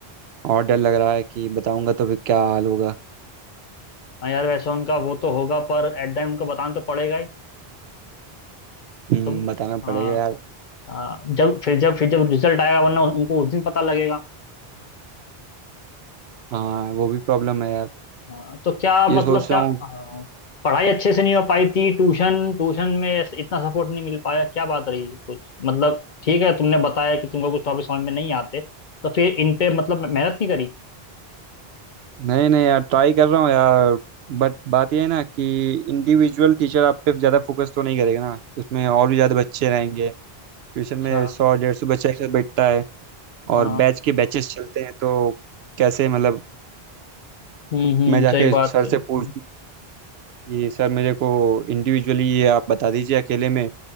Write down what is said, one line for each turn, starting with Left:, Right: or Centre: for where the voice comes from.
Right: और डर लग रहा है कि बताऊंगा तो फिर क्या हाल होगा
Left: हाँ यार वैसे उनका वो तो होगा पर एट द एंड उनको बताना तो पड़ेगा ही
Right: हम्म
Left: तुम
Right: बताना
Left: हाँ
Right: पड़ेगा यार
Left: अ, जब फिर जब फिर जब रिजल्ट आएगा वरना उन- उनको उस दिन पता लगेगा
Right: हाँ वो भी प्रॉब्लम है यार
Left: अ, तो क्या
Right: ये
Left: मतलब
Right: सोच
Left: क्या
Right: रहा
Left: अ,
Right: हूँ
Left: पढ़ाई अच्छे से नहीं हो पाई थी ट्यूशन ट्यूशन में ऐसे- इतना सपोर्ट नहीं मिल पाया क्या बात रही कुछ मतलब ठीक है तुमने बताया कि तुमको कुछ टॉपिक समझ में नहीं आते तो फिर इन पे मतलब मेहनत नहीं करी
Right: नहीं नहीं यार ट्राई कर रहा हूँ यार बट बात ये है ना कि इंडिविजुअल टीचर आप पे ज़्यादा फोकस तो नहीं करेगा ना उसमें और भी ज़्यादा बच्चे रहेंगे ट्यूशन
Left: अच्छा
Right: में सौ डेढ़ सौ बच्चा एक साथ बैठता है
Left: हाँ
Right: और बैच के बैचेस चलते हैं तो कैसे मतलब
Left: हम्म हम्म
Right: मैं जाके
Left: सही बात
Right: सर
Left: है
Right: से
Left: हम्म
Right: पूछ कि सर मेरे को इंडिविजुअली ये आप बता दीजिए अकेले में